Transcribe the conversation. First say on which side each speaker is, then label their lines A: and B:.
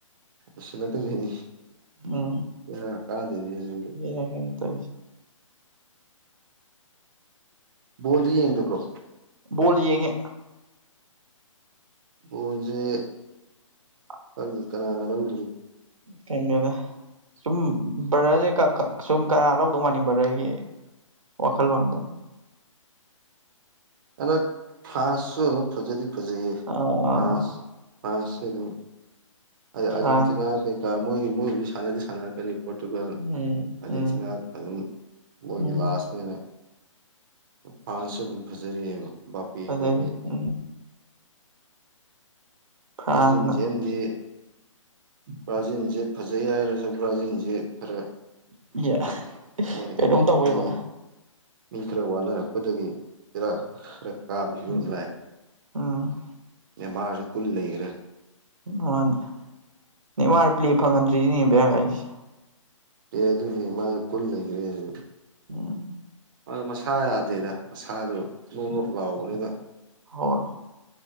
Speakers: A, on the right (about 40°); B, on the right (about 80°).
A: ꯂꯣꯏꯁꯤꯜꯂꯛꯀꯗꯣꯏꯅꯤ
B: ꯎ
A: ꯕꯦꯔꯥ ꯀꯥꯗꯣꯏꯅꯤ ꯑꯗꯨꯗꯤ
B: ꯁꯇꯩꯏꯁ
A: ꯕꯣꯟꯗꯤ ꯌꯦꯡꯗꯕ꯭ꯔꯣ
B: ꯣꯜꯦꯒꯦ
A: ꯄꯨꯖꯦ
B: ꯑ
A: ꯑꯗꯨꯦ ꯀꯅꯥ ꯅꯥꯟꯗꯅꯤ
B: ꯊꯗ ꯁꯨꯝ ꯕꯔꯗꯔꯁꯦ ꯁꯨꯝ ꯀꯅꯥ ꯂꯧꯗꯧ ꯃꯥꯅꯤ ꯕꯔꯗꯔꯒꯤ ꯋꯥꯀꯜ ꯋꯥꯟꯗ
A: ꯑꯗ ꯐꯥꯁꯁꯨ ꯑꯗꯨꯝ ꯐꯖꯗꯤ ꯐꯖꯩꯌꯦ
B: ꯑꯥ
A: ꯃꯥꯥꯁ ꯃꯥꯥꯁꯁꯦ ꯑꯗꯨꯝ ꯑꯗ ꯑꯥꯔꯖꯦꯟꯇꯤꯅꯥ
B: ꯐ꯭ꯔꯥꯟꯁ
A: ꯀꯩꯀꯥ ꯃꯣꯏ ꯃꯣꯏꯕꯨꯗꯤ ꯁꯥꯟꯅꯗꯤ ꯁꯥꯟꯅꯔꯛꯀꯅꯤꯕ ꯄꯣꯇꯨꯀꯜ
B: ꯎꯝ
A: ꯑꯗꯨꯤꯟꯆꯤꯟꯅꯥꯥꯛ
B: ꯎꯝ
A: ꯑꯗꯨꯝ ꯃꯣꯏꯒꯤ
B: ꯎꯝ
A: ꯂꯥꯁꯅꯤꯅ ꯐꯥꯟꯁꯁꯨ ꯑꯗꯨꯝ ꯐꯖꯔꯤꯑꯕ ꯕꯥꯄꯤ ꯑꯩꯈꯣꯏ
B: ꯐꯖꯔꯤ
A: ꯃꯣꯏ
B: ꯎꯝ ꯐ꯭ꯔꯥꯟꯁꯅ
A: ꯕ꯭ꯔꯥꯖꯤꯜꯁꯗꯤ ꯕ꯭ꯔꯥꯖꯤꯜꯁꯦ ꯐꯖꯩ ꯍꯥꯏꯔꯁꯨ ꯕ꯭ꯔꯥꯖꯤꯜ ꯌꯦ ꯈꯔ
B: ꯌꯦ
A: ꯃꯣꯏ
B: ꯀꯩꯅꯣꯝ ꯇꯧꯋꯦꯕ
A: ꯃꯤ ꯃꯤ ꯈꯔ ꯋꯥꯅꯔꯛꯄꯗꯒꯤ ꯂꯣ ꯀꯥ ꯂꯩꯥꯏ
B: ꯎꯝ ꯎꯝ
A: ꯌꯥꯝ ꯃꯥꯁꯨ ꯀꯨꯜ ꯂꯩꯈ꯭ꯔꯦ
B: ꯋꯥꯗ ꯃꯥꯔ ꯄꯂꯤ ꯐꯪꯒꯟ ꯇꯔꯤ ꯄ ꯀꯥꯏꯁꯤ
A: ꯑꯦ ꯑꯗꯨ ꯂꯩ ꯃꯥꯁꯨ ꯀꯨꯜ ꯂꯩꯈ꯭ꯔꯦꯁꯨ
B: ꯎꯝ
A: ꯑ ꯃꯁꯥ ꯌꯥꯗꯦꯗ ꯃꯁꯥꯗꯨ ꯅꯣꯂꯞ ꯂꯥꯎꯕꯅꯤ ꯑꯗ
B: ꯍꯣꯏ